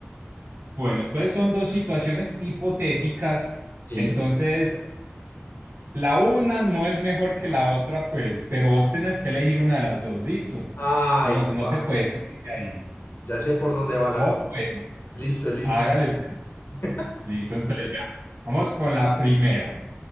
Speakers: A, on the right; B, on the left.
A: Bueno, entonces son dos situaciones hipotéticas.
B: Sí.
A: Entonces, La una no es mejor que la otra, pues, pero vos tenés que elegir una de las dos, listo.
B: Ay,
A: No, no
B: parce.
A: te puedes salir de ahí.
B: Ya sé por dónde va la...
A: Oh,
B: co-
A: pues,
B: Listo, listo.
A: hágale, pues.
B: <laughs>
A: Listo, entonces, vea, Vamos con la primera.